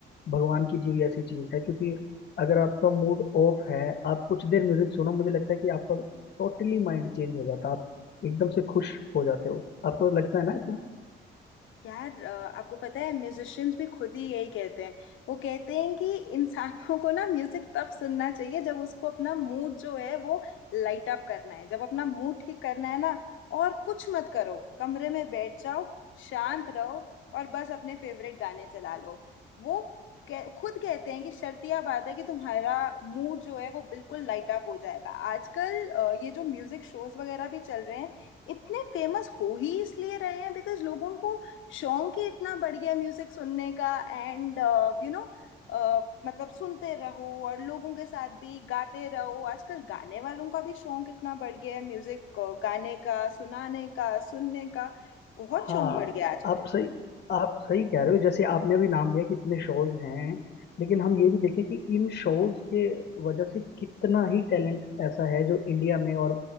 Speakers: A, on the left; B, on the left.
A: भगवान की दी हुई ऐसी चीज है क्योंकि अगर आपका मूड ऑफ है आप कुछ देर म्यूजिक सुनो मुझे लगता है कि आपका टोटली माइंड चेंज हो जाता है आप एकदम से खुश हो जाते हो आपको लगता है ना ऐसा
B: यार अ, आपको पता है म्यूजिशियंस भी खुद ही यही कहते हैं वो कहते हैं कि इंसानों को ना म्यूजिक तब सुनना चाहिए जब उसको अपना मूड जो है वो लाइट अप करना है जब अपना मूड ठीक करना है ना और कुछ मत करो कमरे में बैठ जाओ शांत रहो और बस अपने फेवरेट गाने चला लो वो कह, खुद कहते हैं कि शर्तिया बात है कि तुम्हारा मूड जो है वो बिल्कुल लाइट अप हो जाएगा आजकल अ, ये जो म्यूजिक शोज वगैरह भी चल रहे हैं इतने फेमस हो ही इसलिए रहे हैं बिकॉज लोगों को शौक ही इतना बढ़ गया म्यूजिक सुनने का एंड यू नो मतलब सुनते रहो और लोगों के साथ भी गाते रहो आजकल गाने वालों का भी शौक इतना बढ़ गया है म्यूजिक गाने का सुनाने का सुनने का बहुत
A: हाँ
B: शौक बढ़ गया है आजकल
A: आप सही आप सही कह रहे हो जैसे आपने अभी नाम लिया कि इतने शोज हैं लेकिन हम ये भी देखें कि इन शोज के वजह से कितना ही टैलेंट ऐसा है जो इंडिया में और